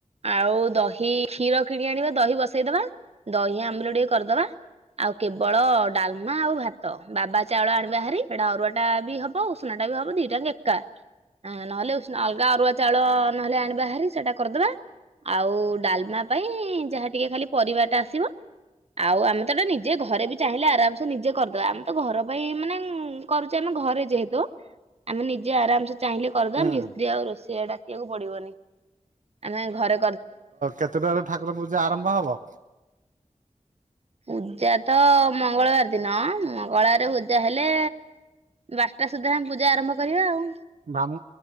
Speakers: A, on the right; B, on the right.
A: ଆଉ ଦହି କ୍ଷୀର କିଣି ଆଣିବା, ଦହି ବସେଇଦବା, ଦହି ଆମ୍ବୁଲ ଟିକେ କରିଦବା। ଆଉ କେବଳ ଡାଲମା ଆଉ ଭାତ, ବାବା ଚାଉଳ ଆଣିବା ଭାରି ସେଟା ଅରୁଆ ଟା ବି ହବ ଉ ନା ଟା ବି ହବ ଦିଟାଙ୍ଗ ଏକା। ହ ନହେଲେ ଉସ ଅଲଗା ଅରୁଆ ଚାଉଳ ନହେଲେ ଆଣିବା ଭାରି ସେଇଟା କରିଦବା। ଆଉ ଡାଲମା ପାଇଁ ଯାହା ଟିକେ ଖାଲି ପରିବା ଟା ଆସିବ। ଆଉ ଆମେ ତ ଏଟା ନିଜେ ଘରେ ବି ଚାହିଁଲେ ଆରାମସେ ନିଜେ କରିଦବା ଆମ ତ ଘର ପାଇଁ ମାନେ କରୁଛେନା। ଘରେ ଯେହେତୁ ଆମେ ନିଜେ ଆରାମସେ ଚାହିଁଲେ କରିଦବା,
B: ହୁଁ
A: ମିସ୍ତ୍ରୀ ଆଉ ରୋଷେଇଆ ଡାକିବାକୁ ପଡିବନି। ଆମେ ଘର
B: କେତେଟାରୁ ଠାକୁର ପୂଜା ଆରମ୍ଭ ହବ?
A: ପୂଜା ତ ମଙ୍ଗଳବାର ଦିନ, ମଙ୍ଗଳବାର ପୂଜା ହେଲେ ବାରଟା ସୁଦ୍ଧା ଆମେ ପୂଜା ଆରମ୍ଭ କରିବା ଆଉ।
B: ବାମ-